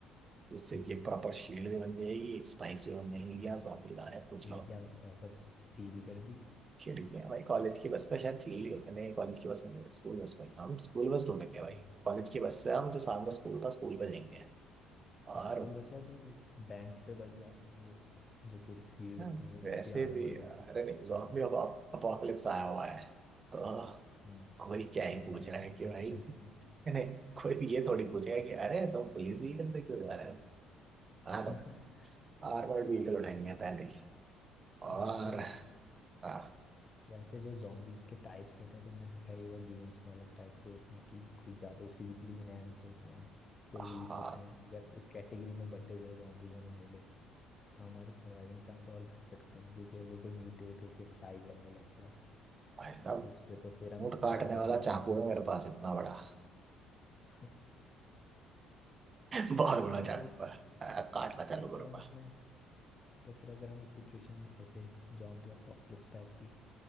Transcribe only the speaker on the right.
जिससे
कि प्रॉपर शील्ड भी बन जाएगी स्पाइस भी बन जाएगी या जॉम्बी आ रहे हैं, पूछ
लो
खिड़की है भाई कॉलेज की बस पे शायद सील्ड ही होते हैं। नहीं कॉलेज की बस में नहीं होती स्कूल बस पे हम स्कूल बस ढूंढेंगे भाई
कॉलेज की बस से हम जो सामने स्कूल था स्कूल पे जाएंगे और
हाँ,
वैसे
भी अरे
नहीं जॉम्बी अब अपोकलिप्स आया हुआ है तो
कोई क्या ही
पूछ
रहा है कि भाई
<laughs>
नहीं कोई भी ये थोड़ी पूछेगा कि अरे तुम पुलिस व्हीकल पे क्यों जा रहे हो
हाँ तुम आर्मर्ड व्हीकल उठाएंगे पहले ही। और
हाँ
हाँ,
भाई साहब
ऊँट काटने
वाला
चाकू है मेरे पास इतना बड़ा
बहुत बड़ा
जानवर
आ, काटना चालू
करूंगा